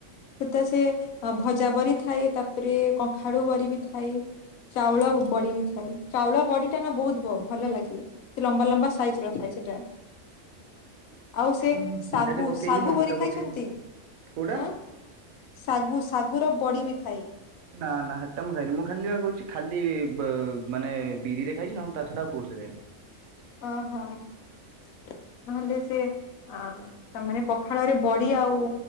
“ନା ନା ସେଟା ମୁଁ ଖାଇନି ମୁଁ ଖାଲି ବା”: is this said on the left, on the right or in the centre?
Right